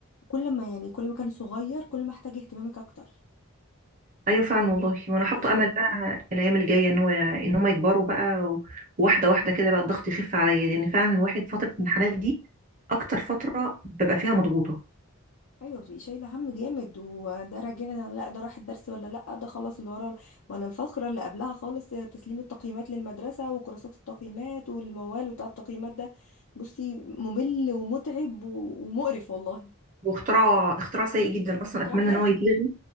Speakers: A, on the left; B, on the right.
A: كل ما يعني كل ما كان صغير كل ما احتاج اهتمامك اكتر
B: ايوه فعلا والله وانا
A: فانت
B: حاطه
A: هتتعبي
B: امل بقى الايام الجايه ان هو ان هم يكبروا بقى و- وواحده واحده كده بقى الضغط يخف عليا لان فعلا الواحد فتره الامتحانات دي اكتر فتره ببقى فيها مضغوطه
A: ايوه بتبقي شايله هم جامد وده راجعنا لا ده راح الدرس ولا لا ده خلص اللي ورا ولا الفقره اللي قبلها خالص تسليم التقييمات للمدرسه وكراسات التقييمات والموال بتاع التقييمات ده بصي ممل ومتعب و- ومقرف والله
B: واختراع اختراع سيء جدا اصلا
A: اختراع
B: اتمنى
A: نعم.
B: ان هو
A: فاشل
B: يتلغي